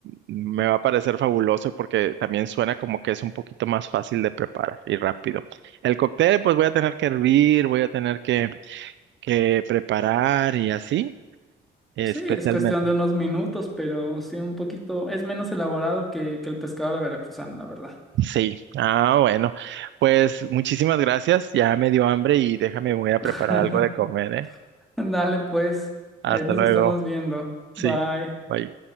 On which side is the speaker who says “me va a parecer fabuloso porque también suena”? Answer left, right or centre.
Right